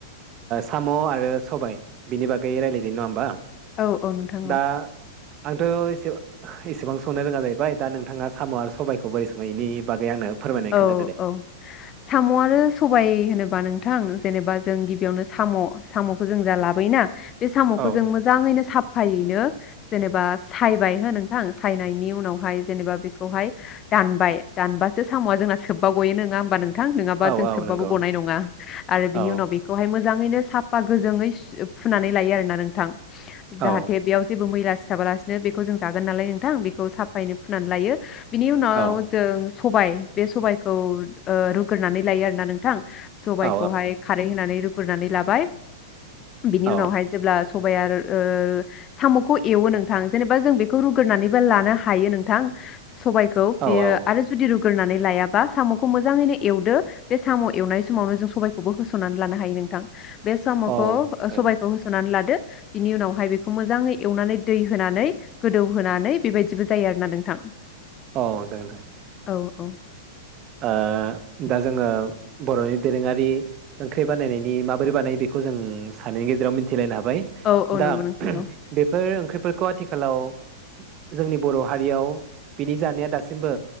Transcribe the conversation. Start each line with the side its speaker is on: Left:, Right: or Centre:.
Right: साम' आरो सबाय बिनि बागै रायलायदों नङा होमबा?
Left: औ औ नोंथां
Right: दा
Left: औ।
Right: आंथ' एसेबां संनो रोङा जाहैबाय दा नोंथाङा साम' आरो सबायाइखौ बोरै सङो बेनि बागै आंनो फोरमायनानै
Left: औ
Right: खोन्थादो दे
Left: औ साम' आरो सबाय होनोबा नोंथां जेनेबा जों गिबियावनो साम'खौ जों जा लाबोयोना बे साम'खौ
Right: औ
Left: जों मोजाङैनो साब फायैनो जेनेबा सायबाय हो नोंथां। सायनाय उनावहाय जेनेबा बे खौहाय दानबाय दानबासो साम‌आ जोंना सोबबा गयो नङा होमबा नों थां? नङाबा
Right: औ
Left: जों
Right: औ
Left: सोबबाबो
Right: नंगौ
Left: गनाय नङा। आरो बेनि
Right: औ
Left: उनाव बेखौ हाय मोजाङैनो साफा गोजोंङै फुनानै लायो आरोना नोंथां। जाहाथे
Right: औ
Left: बेयाव जेबो मैला सिथाबालासिनो बेखौ जों जागोन नालाय नोंथां बेखौ साफायै फुनानै लायो। बिनि उनाव
Right: औ
Left: जों सबाइ बे सबाइखौ ओ रुग्रोनानै लायो आरोना नोंथां। सबाइखौहाय
Right: औ
Left: खारै होनानै रु ग्रोनानै लाबाय बिनि
Right: औ
Left: उनावहाय जेब्ला सबाइया रो ओ साम'खौ एवो नोंथां जेनेबा जों बेखौ रुग्रोनानैबो लानो हायो नोंथां। सबायखौ
Right: औ
Left: बेयो आरो जुदि रुग्रोननानै लायाबा साम'खौ मोजाङैनो एवदो बे साम' एवनाय समावनो जों सबायखौबो होसननानै लानो हायो नोंथां। बे साम'खौ
Right: औ
Left: ओ
Right: औ
Left: सबायखौ होसोननानै लादो। बिनि उनावहाय बेखौ मोजाङै एवनानै दै होनानै गोदौहोनानै बेबायदिबो जायो आरोना नोंथां।
Right: अह जागोन दे।
Left: औ औ
Right: ओ दा जोङो बर'नि दोरोङारि ओंख्रि बानायनायनि माबोरै बानायो बेखौ जों सानैनि गेजेराव मिथिलायनो हा बाय
Left: औ औ
Right: दा
Left: नंगौ नोंथां औ
Right: बेफोर ओंख्रि फोरखौ आथिखालाव जोंनि बर' हारियाव बेनि जानाया दासिमबो